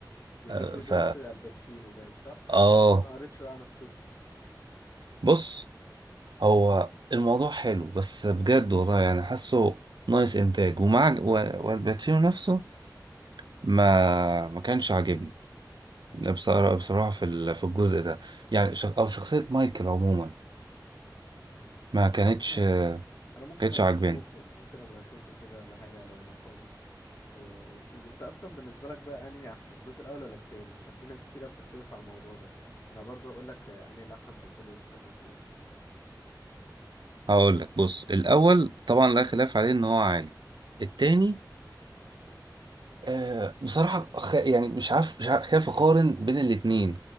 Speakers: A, on the left; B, on the right.
A: بيحب
B: آه
A: بنت
B: ف
A: الباتشينو باين صح
B: اه
A: بس انا قريت شويه عن القصه
B: بص هو الموضوع حلو بس بجد والله يعني حاسه ناقص انتاج ومع و- والباتشينو نفسه ما ما كانش عاجبني
A: آه.
B: بصراحة بصراحة في ال- في الجزء ده يعني ش- او شخصية مايكل عموما
A: ايوه
B: ما كانتش
A: خلاص انا
B: ما
A: انا ممكن
B: كانتش
A: ابقى
B: عاجباني
A: اشوفه ممكن ابقى اشوفه كده ولا حاجه لو انا فاضي آه. وانت اصلا بالنسبه لك بقى انهي احسن الجزء الاول ولا التاني عشان في ناس كتير قوي بتختلف على الموضوع ده انا برضه هقول لك آه، انهي الاحسن بالنسبه لي بس لما تقول
B: هقول لك بص الاول طبعا لا خلاف عليه ان هو عالي التاني آه بصراحه خ... يعني مش عارف مش عارف خايف اقارن بين الاتنين